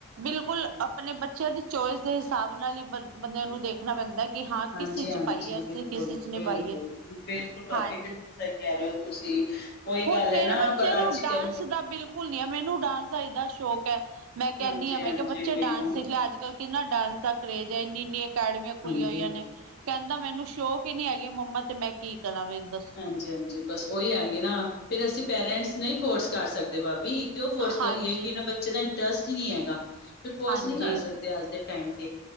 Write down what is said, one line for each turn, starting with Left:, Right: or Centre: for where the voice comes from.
Right: ਬਿਲਕੁਲ ਆਪਣੇ ਬੱਚਿਆਂ ਦੀ ਚੋਇਸ ਦੇ ਹਿਸਾਬ ਨਾਲ ਹੀ ਬ ਬੰਦਿਆਂ ਨੂੰ ਦੇਖ- ਦੇਖਣਾ ਪੈਂਦਾ ਕਿ ਹਾਂ
Left: ਹਾਂਜੀ-ਹਾਂਜੀ
Right: ਕਿਸ ਚੀਜ਼ 'ਚ ਪਾਈਏ, ਅਸੀਂ
Left: ਬਿਲਕੁਲ-ਬਿਲਕੁਲ
Right: ਕਿਸ ਚੀਜ਼ ਨੇ
Left: ਬਿਲਕੁਲ
Right: ਪਾਈਏ
Left: ਬਿਲਕੁਲ ਬਿਲਕੁਲ ਭਾਬੀ,
Right: ਹਾਂਜੀ
Left: ਬਿਲਕੁਲ ਸਹੀ ਕਹਿ ਰਹੇ ਹੋ ਤੁਸੀਂ, ਉਹੀ
Right: ਹੁਣ
Left: ਗੱਲ
Right: ਮੇਰੇ
Left: ਹੈ ਨਾ
Right: ਬੱਚੇ ਨੂੰ
Left: ਅੱਜ
Right: ਡਾਂਸ
Left: -ਕੱਲ
Right: ਦਾ ਬਿਲਕੁਲ ਨੀ ਹੈ, ਮੈਨੂੰ ਡਾਂਸ ਦਾ ਇੰਨਾ ਸ਼ੌਕ ਹੈ ਮੈਂ ਕਹਿੰਦੀ
Left: ਹਾਂਜੀ-ਹਾਂਜੀ
Right: ਹਾਂ ਮੈ ਕਿ ਬੱਚੇ
Left: ਉਹੀ
Right: ਡਾਂਸ
Left: ਨਾ
Right: ਸਿੱਖ ਲਿਆ, ਅੱਜ- ਕੱਲ੍ਹ ਕਿੰਨਾ ਡਾਂਸ ਦਾ ਕਰੇਜ ਹੈ, ਇੰਨੀ -ਇੰਨੀ ਅਕੈਡਮੀਆਂ
Left: ਹਾਂਜੀ-ਹਾਂਜੀ-ਹਾਂਜੀ
Right: ਖੁੱਲ੍ਹੀਆਂ ਹੋਈਆਂ ਨੇ ਕਹਿੰਦਾ ਮੈਨੂੰ ਸ਼ੌਕ ਹੀ ਨੀ ਹੈਗੀ, ਮੰਮਾ ਤੇ ਮੈਂ ਕੀ ਕਰਾਂ ਵੀ ਦ
Left: ਹਾਂਜੀ- ਹਾਂਜੀ ਬਸ ਉਹੀ ਹੈਗੀ ਨਾ, ਫਿਰ ਅਸੀਂ ਪੇਰੈਂਟਸ ਨਹੀਂ ਫੋਰਸ ਕਰ ਸਕਦੇ ਬਾਅਦ ਵੀ ਕਿਉਂ ਫੋਰਸ
Right: ਹਾਂਜੀ।
Left: ਕਰੀਏ, ਕਿ ਇਹਨਾਂ ਬੱਚੇ ਦਾ ਇੰਟਰਸਟ ਹੀ ਨਹੀਂ ਹੈਗਾ ਫਿਰ ਫੋਰਸ
Right: ਹਾਂਜੀ
Left: ਨਹੀਂ ਕਰ
Right: ਹਾਂਜੀ
Left: ਸਕਦੇ ਅੱਜ ਦੇ ਟਾਈਮ ਤੇ,